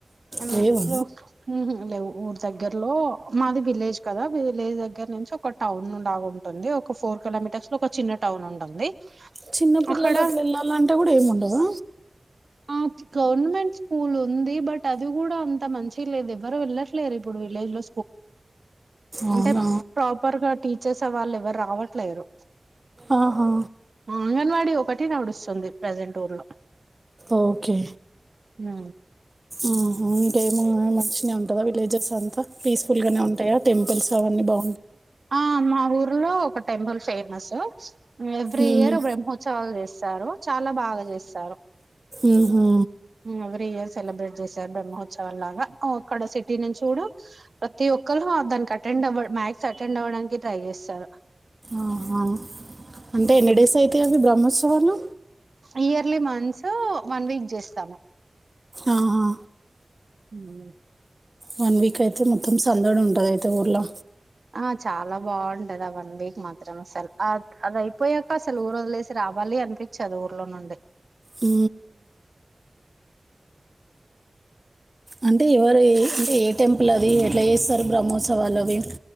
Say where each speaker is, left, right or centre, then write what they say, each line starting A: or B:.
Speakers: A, on the right; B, on the right.
A: ఆమ్ఓ
B: లేవు
A: ఉహుహ్ లేవ్. ఊర్ దగ్గర లో మాది విలేజ్ కదా, విలేజ్ దగ్గర నుంచి ఒక టౌను లాగా ఉంటుంది. ఒక ఫోర్ ఒకలా మీటర్స్ లో ఒక చిన్న టౌన్ ఉంటుంది.
B: చిన్న పిల్లలు
A: అక్కడ
B: అట్లా ఏళ్ళాలంటే గూడ ఏముండదా.
A: అత్ గవర్నమెంట్ స్కూల్ ఉంది, బట్ అది కూడా అంత మంచి లేద్, ఎవ్వరు వెళ్ళట్లేదు ఇప్పుడు విలేజ్ లో
B: అవునా
A: అంటే ప్రాపర్గా టీ చేసే వాల్ ఎవరు రావట్లేరు.
B: ఆహా
A: అంగన్వాడి ఒకటి నడుస్తుంది ప్రజెంట్ ఊర్ లో
B: ఓకే
A: నా
B: ఆహా ఇంకేమో మంచిగానే ఉంటదా విలేజెస్ అంతా పీస్ఫుల్ గానే ఉంటాయా టెంపుల్స్ అవన్నీ బా
A: ఆ మా ఊర్లో ఒక టెంపుల్ ఫేమస్ ఎవ్రీ
B: మ్మ్.
A: ఇయర్ బ్రహ్మోత్ త్సవాలు చేస్తారు చాలా బాగా చేస్తారు
B: మ్మ్హూ.
A: ఉ ఎవ్రీ ఇయర్ సెలబ్రేట్ చేస్తంటారు బ్రహ్మోత్సవాలు లాగా అక్కడ సిటీ నుంచి చూడు ప్రతి ఒక్కరు దానికి అటెండ్ <unintelligible> అటెండ్ అవ్వడానికి ట్రై చేస్తారు
B: ఆహా అంటే ఎన్ని డేస్ అవుతయి బ్రహ్మోత్సవాలు
A: ఇయర్లీ మంత్స్ వన్ వీక్ చేస్తాము
B: ఆహా
A: ఉ ఊ
B: వన్ వీక్ అయితే మొత్తం సందడి ఉంటది అయితే ఊర్లో
A: ఆ చాలా బాగుంటది ఆ వన్ వీక్ మాత్రం అసలు అది అయిపోయాక అసలు ఊరు వదిలేసి రాబ ఆళ్ళీ అనిపించదు ఊర్లో నుండి
B: ఊ అంటే ఎవరు అంటే ఏ టెంపుల్ అది ఎట్లా చేస్తారు బ్రహ్మోత్సవాలు అవి